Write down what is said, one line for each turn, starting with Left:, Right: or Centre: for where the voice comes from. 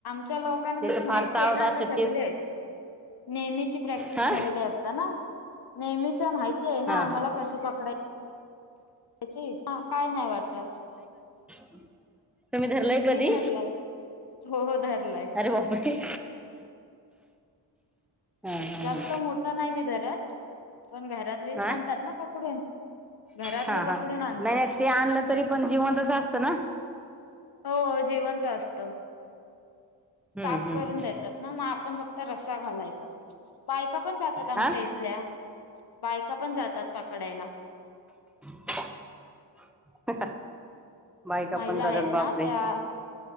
Left: तुमच्या लोकांना
Centre: ते
Left: कशी
Centre: तर
Left: माहिती
Centre: फार चावत
Left: आहे ना.
Centre: असत
Left: आता सगळे.
Centre: तेच
Left: नेहमीची प्रॅक्टिस
Centre: हा
Left: झालेली असत ना. नेहमीच माहिती आहे ना.
Centre: हा
Left: आम्हाला
Centre: हा
Left: कशी पकडा. त्याची काय नाही वाटतत.
Centre: हम. तूम्ही धरलंय कधी.
Left: धरलाय हो हो धरलाय
Centre: अरे बापरे! हा हा
Left: जास्त मोठं नाही मी धरतं. पण घरातली
Centre: हा
Left: आणतात
Centre: हा
Left: ना पकडून. घरातली
Centre: हा.
Left: पकडून
Centre: हा.
Left: आणतात
Centre: नाही नाही ते आणलं तरी पण जिवंतच असतं ना.
Left: हो जीवनत असत.
Centre: हम्म
Left: साफ
Centre: हम्म
Left: करून देतात ना मग आपण फक्त रस्सा घालायचा. ब <inaudible> बायका पण जातात आमच्या
Centre: हा
Left: इथल्या बायका पण जातात पकडायला.
Centre: <inaudible> बायका
Left: महिला
Centre: पण जातात
Left: आहेत
Centre: बापरे
Left: ना त्या.